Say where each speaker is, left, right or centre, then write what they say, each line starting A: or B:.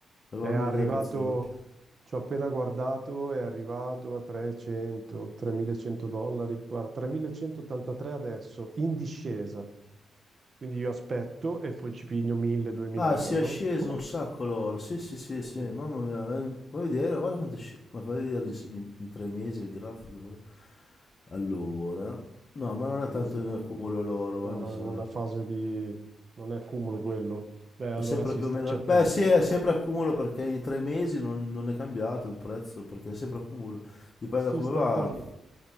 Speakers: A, on the left (about 40°); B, on the right (about 50°).
A: Avevamo
B: È arrivato,
A: idea del prezzo dell'oro.
B: ci ho appena guardato, è arrivato a 300, 3100 dollari. Guarda, 3183 adesso, in discesa. Quindi io aspetto e poi ci piglio 1000-2000
A: Ah, si
B: euro.
A: è sceso
B: <laughs>
A: un sacco l'oro. Sì, sì, sì,
B: Sì,
A: sì,
B: sì.
A: mamma mia. eh, Fai vedere, guarda quanto è sceso. Ma fai vedere in, in- in tre mesi il grafico. eh. Allora, no, ma
B: Ma
A: non
B: in tre
A: è tanto
B: mesi.
A: in accumulo l'oro,
B: No,
A: ma mi
B: no,
A: sa.
B: è in una fase di... non è cumulo quello. Beh, allora
A: È sempre
B: si
A: più
B: sta
A: o meno.
B: cercando.
A: Beh, sì, è sempre accumulo perché in tre mesi non, non è cambiato il prezzo, perché è sempre accumulo. Dipende
B: Si
A: da come
B: sta
A: va.
B: un po' lì.